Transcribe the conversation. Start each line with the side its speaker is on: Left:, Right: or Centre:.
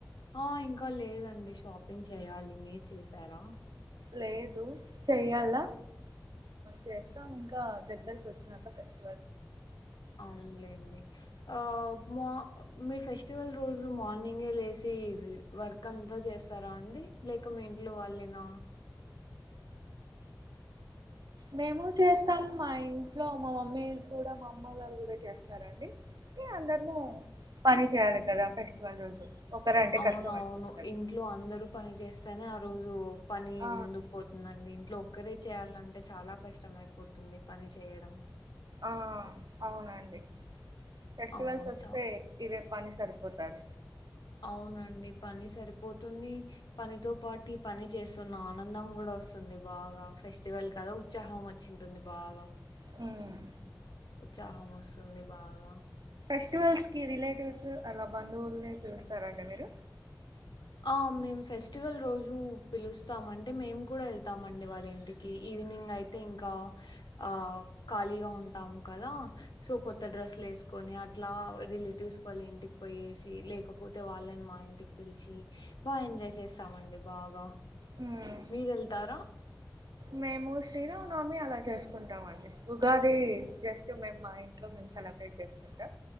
Left: ఆ ఇంక లేదండి షాప్ నెన్ చేయాలి మీర్ చేసారా
Right: లేదు చెయ్యాల చేస్తాం ఇంకా దేగ్గరకి వచ్చినాక చేస్
Left: అవునులేండి ఆ మా మీ ఫెస్టివల్ రోజు మార్నింగే లేసి వర్క్ అంతా చేస్తారా అండి లేక మీ ఇంట్లో వాళ్ళేనా
Right: మేము చేస్తాం మా ఇంట్లో మా మమ్మీ కూడ మా అమ్మ గారు కూడ చేస్తారండీ ఇగ అందరము పని చేయాలి కదా ఫెస్టివల్ రోజు ఒకరంటే
Left: అవునవును
Right: కష్టం అవుతుంది కదా
Left: ఇంట్లో అందరూ పని చేస్తేనే ఆ రోజు పని
Right: ఆ
Left: ముందుకు పోతుందండి ఇంట్లో ఒక్కరే చేయాలంటే చాలా కష్టం అయిపోతుంది పని చేయడం
Right: ఆ అవునండి ఫెస్టివల్స్
Left: అవును
Right: ఓస్తే
Left: చ
Right: ఇదే పని సరిపోతాద్
Left: అవునండి పని సరిపోతుంది పనితో పాటి పని చేస్తున్నాన్ నందం గుడ ఓస్తుంది బాగ ఫెస్టివల్ కదా ఉచ్చాహాం వచ్చింటుంది బాగ
Right: హ్మ్
Left: ఉచ్చాహాం ఓస్తుంది బాగ
Right: ఫెస్టివల్స్ కి రిలేటివ్స్ అలా బంధువుల్ని పిలుస్తార అండి మీరు
Left: ఆ మేం ఫెస్టివల్ రోజు పిలుస్తాం అంటే మేము కూడ ఎల్థం అండి వాళ్ళ ఇంటికి ఈవెనింగ్ అయితే ఇంకా ఆ ఖాళీగా ఉంటాం కదా సో కొత్త డ్రెస్లు ఏసుకొని అట్లా రిలే టివ్స్ వల్ల ఇంటికి పోయేసి లేకపోతే వాళ్ళని మా ఇంటికి పీల్చి బా ఎంజాయ్ చేస్తామండి బాగ
Right: ఉమ్
Left: మీరు వెళ్తార
Right: మేము శ్రీరామనవమి అలా చేసుకుంటాం అండి ఉగాది జస్ట్ మేము మా ఇంట్లో సెలబ్రేట్ చేసుకుంటాం